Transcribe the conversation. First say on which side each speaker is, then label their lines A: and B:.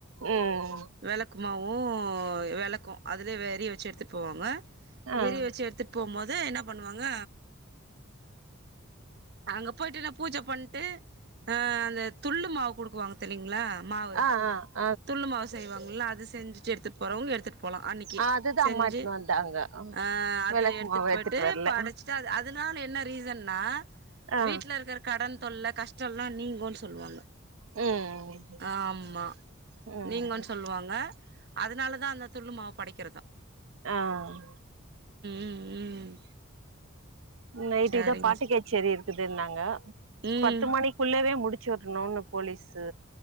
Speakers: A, on the right (about 75°); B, on the right (about 55°).
A: உம்
B: வெளக்குமாவு ஓ வெளக்கு அதுல ஏரிய வச்சி எடுத்துட்டு போவாங்க
A: ஆ
B: எரிய வச்சி எடுத்துட்டு போம்போது என்ன பண்ணுவாங்க அங்க போயிட்டுன பூஜ பண்ணிட்டு அந்த துள்ளு மாவு கொடுக்குவாங்க தெரியுங்களா மாவு
A: ஆஹ் ஆஹ்
B: துள்ளு மாவு செய்வாங்கல்ல அது செஞ்சுட்டு எடுத்துட்டு போறவங்க எடுத்துட்டு போலாம் அன்னைக்கு
A: ஆ அதுதா
B: செஞ்சு
A: அம்மா எட்த்துனு வந்தாங்க ம்,
B: ஆஹ் அது
A: விளக்கு
B: எடுத்துட்டு
A: மாவு
B: போயிட்டு
A: எட்த்துட்டு வர்ல
B: படைச்சுட்டு அது அதனால என்ன ரீசன்னா
A: ஆ
B: வீட்டுல இருக்கிற கடன் தொல்லை கஷ்ட டலாம் நீங்குன்னு சொல்லுவாங்க
A: ம்
B: ஆமா
A: ம்
B: நீங்குனு சொல்லுவாங்க அதனால தான் அந்த துள் மாவு படைக்கிறது
A: ஆஹ்
B: ம் ம்
A: நைட்டுக்குதான்
B: சரிங்க
A: பாட்டு
B: ச
A: கச்சேரி இருக்குதுன்னாங்க
B: ம்
A: பத்து மணிக்குள்ளவே முடிஞ் சருனு போலீஸ்